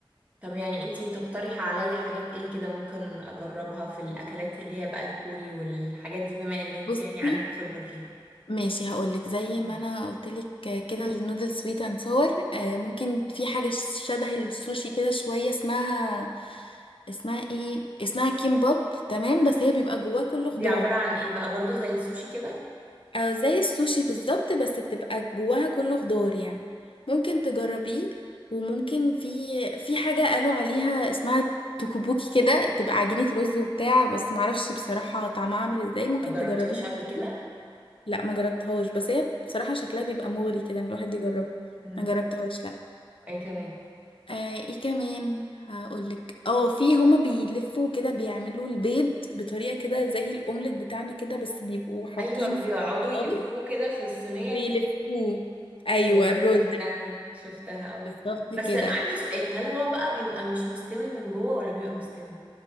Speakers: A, on the right (about 15°); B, on the left (about 70°).
A: طب يعني انت تقترحي عليا حاجات ايه كده ممكن اجربها في الاكلات اللي هي بقى الكوري والحاجات دي بما ان انت
B: بصي
A: يعني عندك خبرة فيها
B: ماشي هقولك زي ما
A: مم.
B: انا قلتلك كده النودل سويت اند صور ممكن في حاجة شبه السوشي كده شوية اسمها اسمها ايه اسمها كيمباب تمام بس هي بيبقى جواها كله
A: دي
B: خضار
A: عبارة عن ايه بقى برضو زي السوشي كده
B: آه، زي السوشي بالظبط بس بتبقى جواها كله خضار يعني ممكن تجربيه وممكن في في حاجة قالوا عليها اسمها توكوبوكي كده تبقى عجينة رز وبتاع بس معرفش بصراحة طعمها عامل ازاي ممكن
A: ما جربتيهاش
B: تجربيها
A: قبل
B: برضه
A: كده
B: لا ما جربتهاش بس هي بصراحة شكلها بيبقى مغري كده ان الواحد يجربها
A: امم
B: ما جربتهاش لا
A: اي كمان
B: آه ايه كمان هقولك اه في هما بيلفوا كده بيعملوا البيض بطريقة كده زي الاومليت بتاعنا كده بس بيبقوا حاطين
A: ايوه بيقعدوا
B: فيه خضار
A: يلفوه كده في الصينيه
B: ويلفوه
A: كتير
B: ايوه
A: ايوه
B: الرز
A: شفتها شفتها اه
B: بالظبط
A: بس
B: كده
A: عندي سؤال هل هو بقى بيبقى مش مستوي من جوه ولا بيبقى مستوي